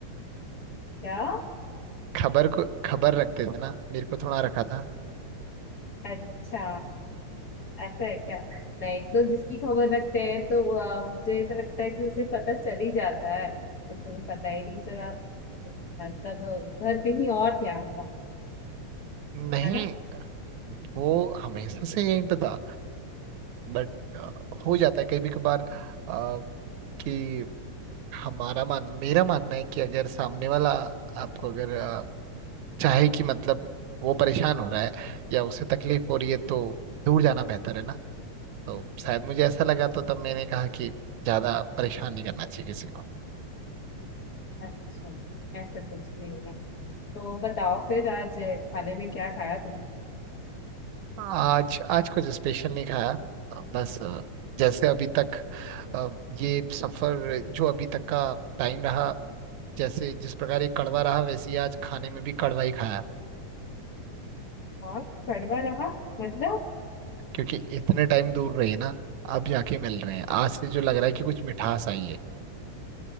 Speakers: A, on the left; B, on the right.
A: क्या
B: खबर को खबर रखते थे ना मेरे को थोड़ा रखा था
A: अच्छा ऐसा है क्या नहीं तो जिसकी खबर रखते हैं तो वो, आ, मुझे ऐसा लगता है कि उसे पता चल ही जाता है उसको पता ही नहीं चला मतलब उधर कहीं और ध्यान था
B: नहीं
A: है ना
B: वो हमेशा से यहीं पे था बट हो जाता है कभी कभार अ, कि हमारा मान मेरा मानना है कि अगर सामने वाला आपको अगर अ, चाहे कि मतलब वो परेशान हो रहा है या उसे तकलीफ हो रही है तो दूर जाना बेहतर है ना तो शायद मुझे ऐसा लगा तो तब मैंने कहा कि ज्यादा परेशान नहीं करना चाहिए किसी को
A: अच्छा ऐसा कुछ नहीं है तो बताओ फिर आज खाने में क्या खाया तुमने
B: हाँ आज आज कुछ स्पेशल नहीं खाया अ, बस अ, जैसे अभी तक अ, ये सफर जो अभी तक का टाइम रहा जैसे जिस प्रकार ये कड़वा रहा वैसे ही आज खाने में भी कड़वा ही खाया
A: और कड़वा रहा मतलब
B: क्योंकि इतने टाइम दूर रहे ना अब जाके मिल रहे हैं आज से जो लग रहा है कि कुछ मिठास आई है